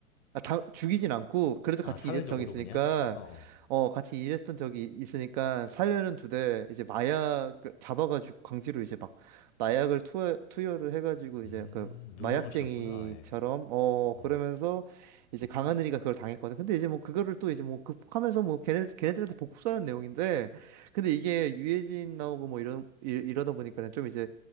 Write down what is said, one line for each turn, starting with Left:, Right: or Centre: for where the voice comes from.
Right: 아, 다 죽이진 않고 그래도
Left: 아,
Right: 같이
Left: 사회적으로
Right: 일했던 적이 있으니까
Left: 그냥? 어, 어.
Right: 어 같이 일했던 적이 있으니까 살려는 두대 이제 마약 잡아가지고 강제로 이제 막 마약을 투여, 투여를 해가지고 이제
Left: 음,
Right: 그
Left: 누명을
Right: 마약쟁이처럼
Left: 씌웠구나, 아예.
Right: 어
Left: 어.
Right: 그러면서 이제 강하늘이가 그걸 당했거든. 근데 이제 뭐 그거를 또 이제 뭐 극복하면서 뭐 걔네 걔네들한테 복수하는 내용인데 근데 이게 유해진 나오고 뭐 이런 이, 이러다 보니까는 좀 이제